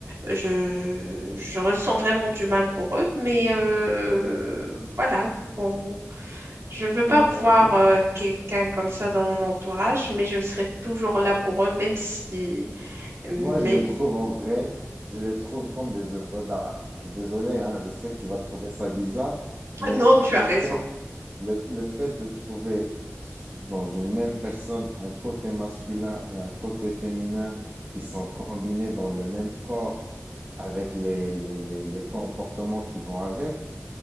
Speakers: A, on the right; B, on the right.
A: je, je ressens vraiment du mal pour eux, mais euh, voilà. qu'on- Je ne veux
B: Ouais.
A: pas voir euh, quelqu'un comme ça dans mon entourage, mais je serai toujours là pour eux, même si... Mais...
B: Moi, je les trouve en vrai, je les trouve comme des œuvres d'art. Je suis désolé, hein, je sais que tu vas trouver ça bizarre, mais
A: Ah Non, tu
B: le
A: as raison.
B: fait, le, le fait de trouver su- dans une même personne un côté masculin et un côté féminin qui sont combinés dans le même corps avec les, les, les, les comportements qui vont avec,